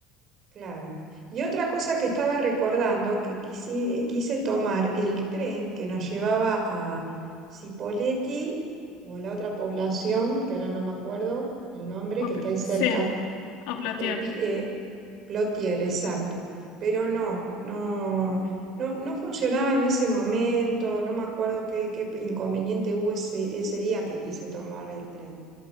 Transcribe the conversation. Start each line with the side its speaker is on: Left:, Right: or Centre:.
Right: Claro. Y otra cosa que estaba recordando, que quise, quise tomar el tren que nos llevaba a Cipolletti o la otra población, que ahora no me acuerdo el nombre,
Left: Opl-
Right: que está ahí cerca,
Left: sí, Oplotier.
Right: eh, Pi- eh, Plotier, exacto. Pero no, no, no, no funcionaba en ese momento, no me acuerdo qué, qué inconveniente hubo ese, ese día que quise tomar el tren.